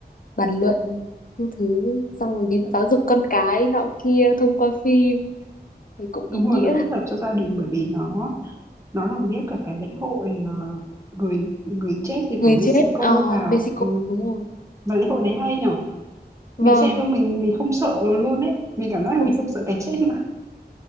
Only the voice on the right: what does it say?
đúng
rồi nó tích hợp cho gia đình bởi vì nó nó lồng ghép cả cái lễ hội ờ, người người chết gì
của Mexico
vào
ừ.
mà lễ hội đấy hay nhở
mình xem xong mình mình không sợ luôn ấy mình cảm giác là
mình không sợ cái chết nữa